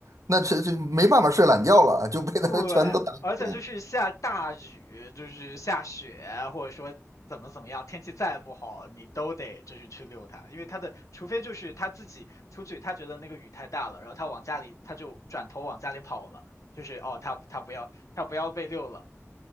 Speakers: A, on the right (about 90°); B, on the left (about 75°).
A: 那这这没办法睡懒觉了，就被它全都打死了
B: 对，而且就是下大雨，就是下雪，或者说怎么怎么样，天气再不好，你都得就是去遛它，因为它的，除非就是他自己出去，他觉得那个雨太大了，然后他往家里，他就转头往家里跑了，就是哦，他他不要他不要被遛了，